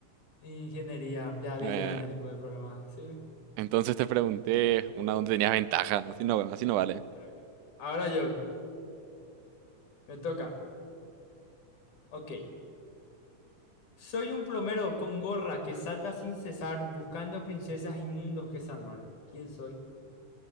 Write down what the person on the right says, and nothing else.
Eh,
entonces te pregunté una donde tenías ventaja, así no,
así no vale.